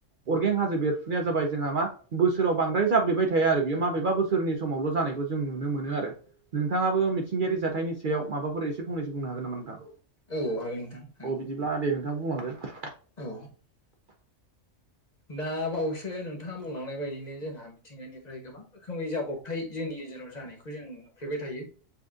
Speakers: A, on the right (about 55°); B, on the left (about 35°).
A: अरगें हाजो बेरफुनाया जाबाय जोंहा मा बोसोराव बांद्राय जाबफ्लेबाय थायो आरो बेयो माबेबा बोसो सोरनि समावल' जानायखौ जों नुनो मोनो
B: औ
A: आरो नोंथाङाबो मिथिंगायारि जाथायनि सायाव माबाफोर एसे फंनैसो बुंनो हागोन नामा नोंथां
B: औ हागोन नोंथां
A: अ बिदिब्ला दे नोंथां बुंलांदो
B: औ दा बावैसो नों नोंथाङा बुंलांनाय बायदिनो जोंहा मिथिंगानिफ्राय गोबां रोखोमै जाब्रबथाय जोंनि गेजेराव जानायखौ जों नुनो मोनो फ्लेबाय थायो